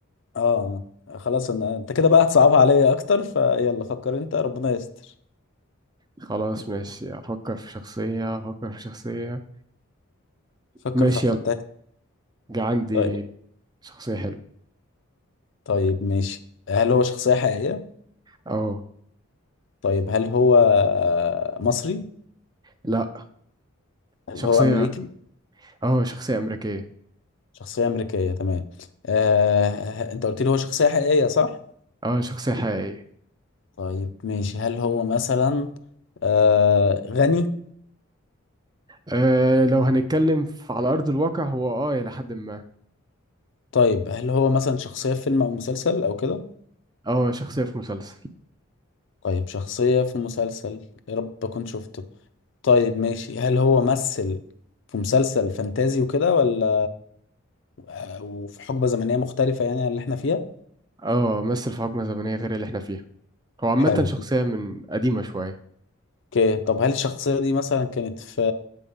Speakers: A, on the left (about 55°); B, on the right (about 20°).
A: اه آه، خلاص انا انت كده بقى هتصعبها عليا اكتر فيلا فكر انت ربنا يستر
B: خلاص ماشي افكر في شخصية افكر في شخصية
A: فكر
B: ماشي
A: في فتاة
B: يلا جا عندي
A: طيب
B: شخصية حلوة
A: طيب ماشي هل هو شخصية حقيقية؟
B: اه
A: طيب هل هو آه، مصري؟
B: لا
A: هل
B: شخصية
A: هو امريكي؟
B: اه شخصية امريكية
A: شخصية امريكيه تمام آه انت قلت لي هو شخصية حقيقية صح؟
B: اه شخصية حقيقية
A: طيب ماشي هل هو مثلا آه غني؟
B: أه لو هنتكلم في- على ارض الواقع هو اه الى حد ما
A: طيب هل هو مثلا شخصية في فيلم أو مسلسل أو كده؟
B: اه شخصية في مسلسل
A: طيب شخصية في مسلسل يا رب أكون شفته طيب ماشي هل هو مثل في مسلسل فانتازي وكده ولا أو في حقبة زمنية مختلفة يعني عن اللي احنا فيها؟
B: اه مثل في حقبة زمنية غير اللي احنا فيها هو عامة
A: حلو
B: شخصية من قديمة شوية
A: اوكي طب هل الشخصية دي مثلا كانت في